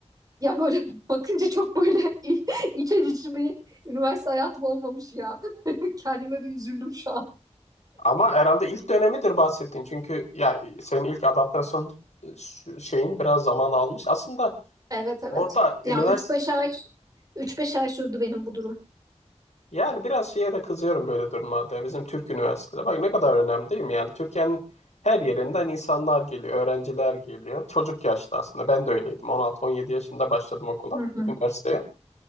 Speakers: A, on the right; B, on the left.
A: Ya böyle bakınca çok böyle <laughs> iç açıcı bir üniversite hayatım olmamış ya. <laughs> Kendime bir üzüldüm şu an.
B: Ama herhalde ilk dönemidir bahsettiğin. Çünkü ya senin ilk adaptasyon e, şeyin biraz zaman almış. Aslında
A: Evet evet.
B: orada üniversite
A: Ya üç beş ay üç beş ay sürdü benim bu durum.
B: yani biraz şeye de kızıyorum böyle durumlarda. ya. Bizim Türk üniversitede bak ne kadar önemli değil mi? Yani Türkiye'nin her yerinden insanlar geliyor, öğrenciler geliyor. Çocuk yaşta aslında. Ben de öyleydim. 16-17 yaşında başladım okula,
A: Hı hı,
B: üniversiteye.